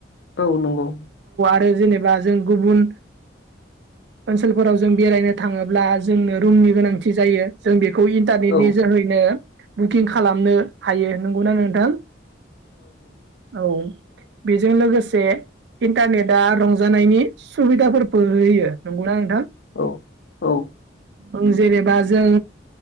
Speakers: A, on the left; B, on the right.
A: औ नंगौ
B: ओ जेनेबा जों गुबुन ओनसोलफोराव जों बेरायनो थाङोब्ला जोंनो रुमनि गोनांथि जायो जों बे खौ इन्टारनेटनि
A: औ
B: जोहैनो बुकिं खालामनो हायो नंगौना नोंथां औ बेजों लोगोसे इन्टारनेटआ रंजानायनि सुबिदाफोर बो होयो नंगौना नोंथां
A: औ औ
B: ओं जेनेबा जों